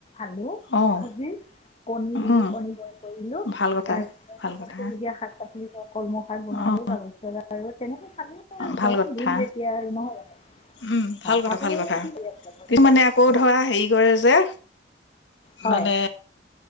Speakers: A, on the left (about 35°); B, on the left (about 80°).
A: আলু
B: অঁ
A: ভাজি কণী দিলো
B: উম
A: কণী বইল কৰিলো
B: ভাল কথা
A: তাৰ পিছত
B: ভাল কথা
A: সেউজীয়া শাক <unintelligible> কলমৌ শাক বনালো
B: অঁ
A: তাৰপিছত আৰু তেনেক আল আৰু
B: ভাল
A: গৰম
B: কথা
A: দিন যেতিয়া নহয়
B: উম
A: হয়
B: ভাল কথা
A: আপুনি
B: ভাল কথা
A: কি কৰি আছে?
B: কিছুমানে আকৌ ধৰা হেৰি কৰে যে
A: হয়
B: মানে